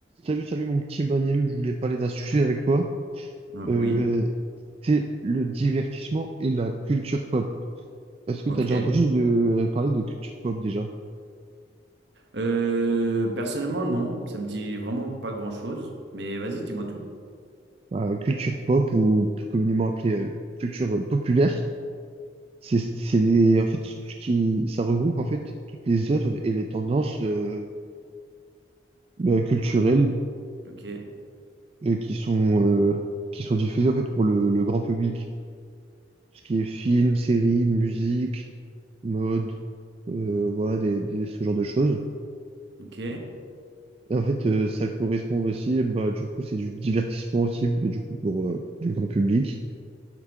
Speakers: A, on the right; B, on the right.
A: Salut, salut mon petit Emmanuel, je voulais parler d'un sujet avec toi.
B: Euh,
A: Euh,
B: Oui,
A: c'est le divertissement et la culture pop. Est-ce que
B: ok.
A: tu as déjà entendu de, euh, parler de culture pop déjà?
B: Euh, personnellement, non, ça me dit vraiment pas grand-chose. Mais vas-y, dis-moi tout.
A: Bah, culture pop ou plus communément appelée euh, culture euh, populaire, c'est c'est les en fait ce qui ça regroupe en fait toutes les œuvres et les tendances euh, bah, culturelles
B: Ok,
A: euh, qui sont euh, qui sont diffusées en fait pour le, le grand public. ce qui est film, série, musique, mode, euh, voilà, des, des- ce genre de choses.
B: ok,
A: Et en fait, euh, ça correspond aussi, bah, du coup, c'est du divertissement aussi, bah, du coup, pour euh, du grand public.